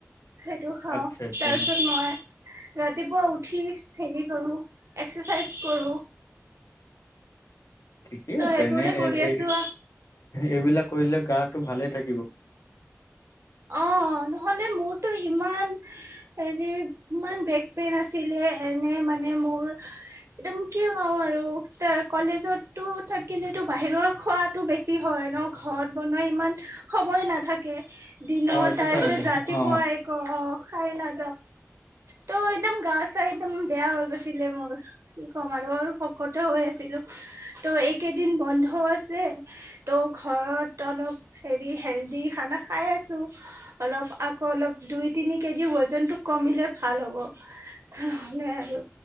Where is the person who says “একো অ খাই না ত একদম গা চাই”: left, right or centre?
Right